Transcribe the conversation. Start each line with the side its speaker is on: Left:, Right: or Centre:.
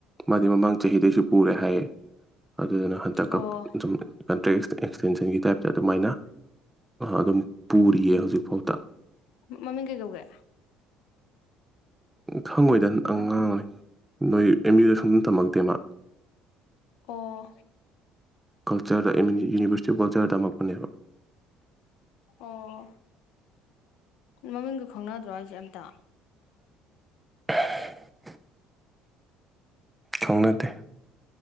Centre: ꯃꯥꯗꯤ ꯃꯃꯥꯡ ꯆꯍꯤꯗꯩꯁꯨ ꯄꯨꯔꯦ ꯍꯥꯏꯌꯦ ꯑꯗꯨꯗꯨꯅ ꯍꯟꯗꯛꯀ
Left: ꯑꯣ
Centre: ꯑꯗꯨꯝ ꯀꯟꯇ꯭ꯔꯦꯛ ꯑꯦꯛꯁꯇꯦꯟꯁꯟꯒꯤ ꯇꯥꯏꯞꯇ ꯑꯗꯨꯃꯥꯏꯅ ꯑꯗꯨꯝ ꯄꯨꯔꯤꯌꯦ ꯍꯧꯖꯤꯛꯐꯥꯎꯗ
Left: ꯃꯃꯤꯡ ꯀꯩꯀꯧꯒꯦ
Centre: ꯈꯪꯉꯣꯏꯗ ꯑꯉꯥꯡꯉꯣꯏ ꯅꯣꯏ ꯑꯦꯝ ꯌꯨꯗ ꯁꯨꯝ ꯇꯝꯃꯛꯇꯦ ꯃꯥ
Left: ꯑꯣ
Centre: ꯀꯜꯆꯔꯗ ꯏꯟ ꯌꯨꯅꯤꯕꯔꯁꯤꯇꯤ ꯑꯣꯐ ꯀꯜꯆꯔꯗ ꯇꯝꯃꯛꯄꯅꯦꯕ
Left: ꯑꯣ ꯃꯃꯤꯡꯒ ꯈꯪꯅꯗ꯭ꯔꯣ ꯍꯥꯢꯁꯦ ꯑꯝꯇ
Centre: <unintelligible> ꯈꯪꯅꯗꯦ